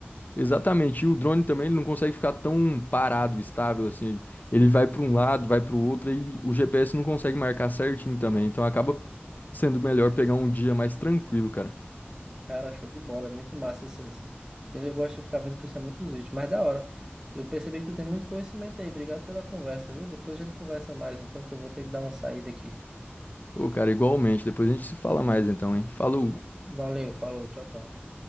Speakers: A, on the left; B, on the right.
A: Exatamente. E o drone também ele não consegue ficar tão parado, estável assim. Ele vai pra um lado, vai pro outro e o GPS não consegue marcar certinho também. Então acaba sendo melhor pegar um dia mais tranquilo, cara.
B: Cara, show de bola, é muito massa esses. Eu gosto de ficar vendo principalmente os vídeos, mas da hora. Eu percebi que tu tem muito conhecimento aí. Obrigado pela conversa, viu? Depois a gente conversa mais, então, que eu vou ter que dar uma saída aqui.
A: Ô, cara, igualmente. Depois a gente se fala mais então, hein? Falou!
B: Valeu, falou, tchau, tchau.